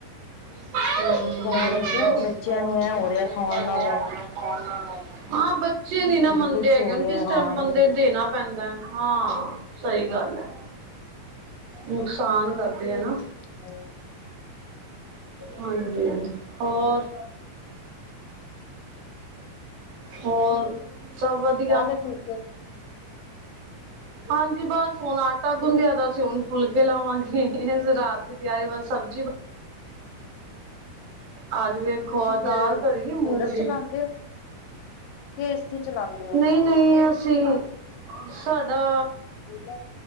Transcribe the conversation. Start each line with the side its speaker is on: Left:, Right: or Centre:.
Right: ਹੂੰ <unintelligible>
Left: ਫੋਨ ਵਿਚ ਬੱਚਿਆਂ ਨੂੰ ਐ ਹੋ ਰਿਹਾ ਖਾਣ ਨਾਲ
Right: ਹਾਂ, ਬੱਚੇ ਨੀ ਨਾ
Left: ਕਦੀ
Right: ਮੰਨਦੇ
Left: ਕੁਛ
Right: ਹੈਗੇ।
Left: ਹੋ
Right: ਉਹਨੂੰ
Left: ਰਿਹਾ
Right: ਕਿਸ
Left: ਹਾਂ
Right: ਟਾਈਮ ਬੰਦੇ
Left: ਲਾ
Right: ਦੇਣਾ ਪੈਂਦਾ। ਹਾਂ, ਸਹੀ ਗੱਲ ਹੈ। ਨੁਕਸਾਨ ਕਰਦੇ ਆ ਨਾ।
Left: ਹੂੰ।
Right: ਹਾਂਜੀ, ਹੋਰ? ਹੋਰ, ਸਭ ਵਧੀਆ?
Left: ਲਏ ਫੁਲਕੇ
Right: ਹਾਂਜੀ, ਬਸ ਹੁਣ ਆਟਾ ਗੁੰਦਿਆ। ਦਾ ਸੁਣ ਫੁਲਕੇ ਲਾਵਾਂਗੇ। ਰਾਤ ਦੀ, ਤਿਆਰੀ ਬਸ ਸਬਜ਼ੀ। ਆਜੋ ਫੇਰ। ਖੋ
Left: ਤੁਸੀਂ ਫੇਰ
Right: ਦਾਲ, ਧਰੀ ਮੂੰਗ
Left: ਕੂਲਰ ਚਲਾਉਂਦੇ
Right: ਦੀ,
Left: ਹੋ ਕਿ ਏਸੀ ਚਲਾਉਂਦੇ ਹੋ
Right: ਨਹੀਂ। ਅਸੀਂ, ਸਾਡਾ।
Left: ਪਲ <unintelligible>